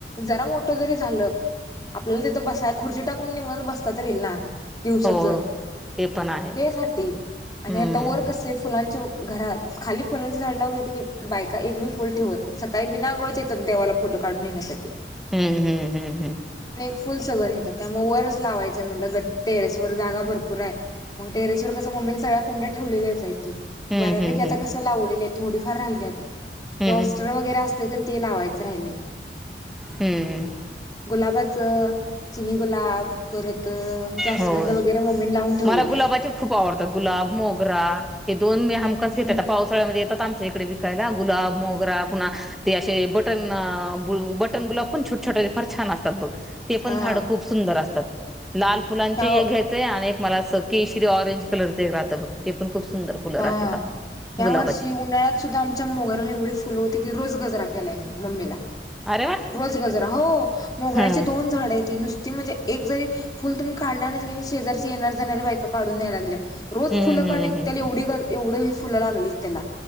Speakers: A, on the left; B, in the centre.
A: जरा मोठ जरी झालं आपल्याला तिथ बसायला खुर्ची टाकून बसा - आता तरी येईल ना! दिवसाच
B: हो ते पण आहे
A: ते साठी आणि
B: हम्म
A: आता वर कसे फुलांचे - घराात खाली फुलांची झाड लावली की नाही बायका एक मी फुल ठेवत नाही सकाळी बिनां आंघोळीच येतात देवाला फुल - काढून येण्यासाठी..
B: हम्म हम्म हम्म हम्म.
A: फुल सगण येतं त्यामुळे वरच लावायच म्हटलं ग टेरेस वर जागा भरपूर आहे. मग टेरेस वर कस मम्मीनी सगळ्या कोंड्या ठेवले आहे त
B: हम्म
A: बऱ्यापैकी
B: हम्म हम्म
A: आता
B: हम्म
A: कसं लावलेली आहे थोडी.. फार राहिल्यात
B: हम्म हम्म
A: ते हॉस्टर वगैरे असते तरण ते लावायचं राहिले.
B: हम्म
A: गुलाबाच चिनी गुलाब परत.. जास्वंद
B: होय
A: वगैरे मम्मीने लावून ठेवलेला
B: मला गुलाबाचे
A: आहे
B: खूप आवडतं गुलाब मग.. हे दोन मीमच घेत
A: हम्म
B: पावसाळ्या येतात आमच्या इकडे विकायला गुलाब.. व आपण ते असे बटन बटन गुला पण छोट छोट फार छान असतात बघ. ते पण
A: हा
B: झाड खूप सुंदर असतात लाल फुलांचे
A: ह्या
B: हे घ्यायचे आणि.. मला असं कश शरी ऑरेंज कलर एक राहं बघ ते पण खूप.. सुंदर फुलं
A: हा
B: राहतेतात
A: या्या
B: गुलाबाचे
A: वर्षी उन्हाळ्यात सुद्धा आमच्या मोगराला एवढी फुलं होती की रोज गजराते.. त्यासला म मम्मीला.
B: अरे वा
A: रोज गजरा हो मोगऱ्याची
B: हा
A: दोन झाडं आहेत ती नुसती म्हणजे एक जरी.. फुल तुम्ही काढला आणि शेजारची येणार जाणारऱ्या बायका काढून द्या लागल्या. रोज
B: हम्म
A: फुलं
B: हम्म
A: का निघ त्याला
B: हम्म
A: एवढी एवढं फुलं लागली त्याला